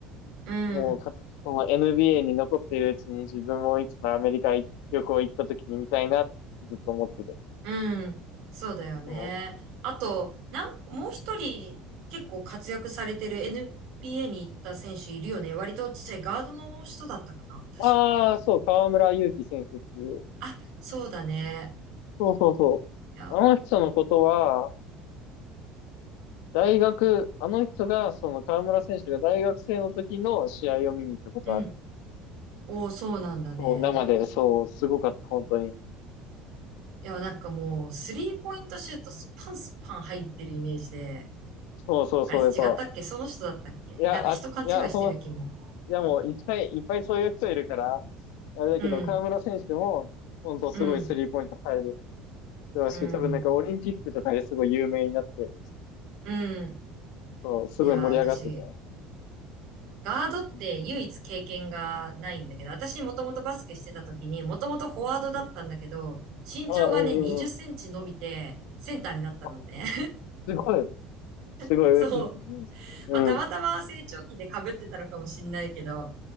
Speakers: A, on the right; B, on the left.
A: うん。
B: もうか、その NBA に残っているうちに自分もいつかアメリカ旅行行った時に見たいなってずっと思ってて。
A: うん。そうだよね。
B: そ
A: あと、なん、もう一人結構活躍されてる NBA に行った選手いるよね。割とちっちゃいガードの人だったかな。確か。
B: う。ああ、そう、河村勇輝選手っていう。
A: あ、そうだね。
B: そうそうそう。
A: いや、
B: あの人のことは、大学、あの人が、その河村選手が大学生の時の試合を見に行ったことある。
A: うん。おーそうなんだね。
B: そう、生で、そう、すごかった、本当に。
A: いや、なんかもう、スリーポイントシュートスパンスパン入ってるイメージで。
B: そうそうそう、
A: あれ違ったっけその人だったっけなんか人勘違いしてる気も。
B: やっぱ、いや、あ、いや、その、いやもう、いっぱいいっぱいそういう人いるから、あれだけど、
A: うん、
B: 河村選手でも、本当すごいスリーポイント入る
A: うん、
B: 人だし、
A: うん、
B: 多分なんかオリンピックとかですごい有名になって、
A: うん。
B: そう、すごい盛り上がってたよ。
A: いやー、私、ガードって唯一経験がないんだけど、
B: うん。
A: 私もともとバスケしてた時に、もともとフォワードだったんだけど、
B: うん。
A: 身長がね、
B: あ、うんうんうん。
A: 20センチ伸びて、センターになったのね。
B: あ、すごい、すごい、
A: <laughs> そう。
B: <laughs> うん。
A: まあ、たまたま成長期で被ってたのかもしんないけど。